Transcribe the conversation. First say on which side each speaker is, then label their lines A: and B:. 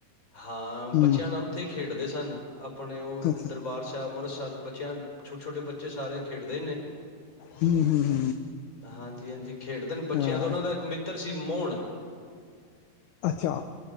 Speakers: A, on the left; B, on the left.
A: ਹਾਂ
B: ਹੂੰ
A: ਬੱਚਿਆਂ ਨਾਲ ਉੱਥੇ ਹੀ ਖੇਡ ਦੇ ਸਨ। ਆਪਣੇ ਉਹ ਦਰਬਾਰ
B: ਅੱਛਾ
A: ਸਾਹਿਬ ਅੰਮ੍ਰਿਤਸਰ ਚੰਦ ਛਟੇ ਛੋਟੇ ਬੱਚੇ ਸਾਰੇ ਖੇਡਦੇ ਹੀ ਨੇ
B: ਹੂੰ ਹੂੰ ਹੂੰ,
A: ਹਾਂਜੀ ਹਾਂਜੀ ਖੇਡਦੇ ਨੇ ਬੱਚਿਆਂ
B: ਆ,
A: ਦਾ ਉਹਨਾਂ ਦਾ ਇੱਕ ਮਿੱਤਰ ਸੀ ਮੋਣ
B: ਅੱਛਾ